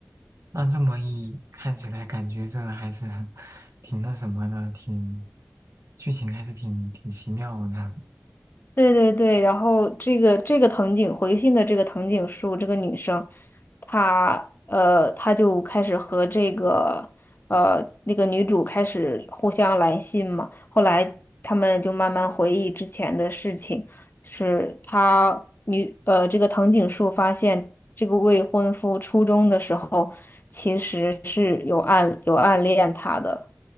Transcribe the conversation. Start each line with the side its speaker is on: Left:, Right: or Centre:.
Right: 那这么一看起来，感觉这个还是 <laughs> 挺那什么的，挺剧情还是挺挺奇妙的。
Left: 对对对，然后这个这个藤井回信的这个藤井树这个女生，她呃，她就开始和这个呃那个女主开始互相来信嘛。后来他们就慢慢回忆之前的事情，是她女呃这个藤井树发现这个未婚夫初中的时候其实是有暗有暗恋她的。